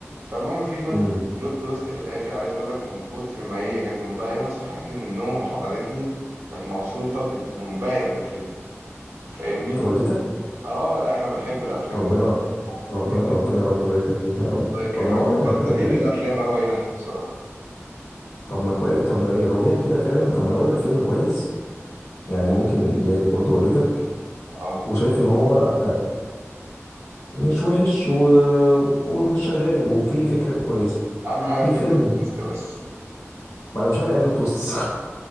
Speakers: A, on the right (about 65°); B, on the left (about 70°).
A: فالمهم في بلوت
B: مم.
A: بلوت تويست في الاخر عايز اقول لك من كتر ما هي كانت منبهره صحتني من النوم وحضنتني وكانت مبسوطه بال- منبهره بالفيلم فاهمني
B: والدتك
A: اه لا احنا بنحب الافلام
B: ربنا
A: يعني مقدرين
B: ربنا ربنا يا رب يبارك لك فيها يا رب
A: الله يكرمك
B: طب ما أقول لك على
A: مقدرين
B: حاجة حلوة
A: الافلام قوي هنا احنا الصراحه
B: طب ما كويس طب ما إيه، لو هي كده فعلا طب ما أنا أقول لك فيلم كويس يعني
A: و-
B: ممكن يعجب برضه والدتك
A: اه
B: وشايف ان هو مش وحش و... وشغال وفي فكره كويسه
A: اهم حاجه
B: في
A: في
B: فيلم
A: بلوت تويست بس
B: ما انا مش فاهم يعني بلوت تويست